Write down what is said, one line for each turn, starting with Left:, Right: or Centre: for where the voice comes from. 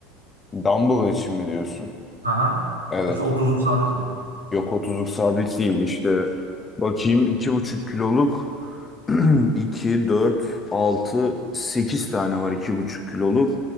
Left: Dumbbell için mi diyorsun?
Right: Aha.
Left: Evet.
Right: Yoksa 30'luk sabit mi?
Left: Yok otuzluk sabit değil işte. Bakayım iki buçuk kiloluk <clears throat> iki dört altı 8 tane var iki buçuk kiloluk.